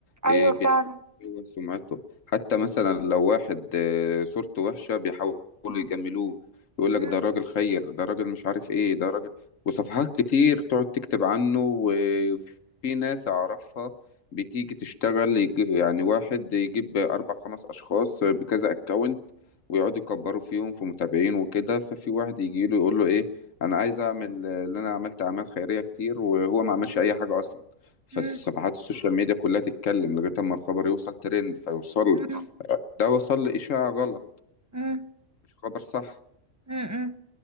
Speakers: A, on the right; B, on the left.
A: ايوه
B: إيه،
A: فعلا
B: بيحاول يكون سمعته حتى مثلا لو واحد آه، صورته وحشة بيحاولوا يجملوه يقول
A: امم
B: لك ده راجل خير ده راجل مش عارف ايه ده راجل وصفحات كتير تقعد تكتب عنه وفي ناس اعرفها بتيجي تشتغل يجي يعني واحد يجيب أربع خمس أشخاص بكذا أكونت ويقعدوا يكبروا فيهم في متابعين وكده ففي واحد يجي له يقول له إيه أنا عايز أعمل اللي أنا عملت أعمال خيرية كتير وهو ما عملش أي حاجة أصلا فالصفحات
A: امم
B: السوشيال ميديا كلها تتكلم لغاية أما الخبر يوصل ترند فيوصل
A: امم
B: لي ده وصل لي إشاعة غلط
A: امم
B: مش خبر صح
A: امم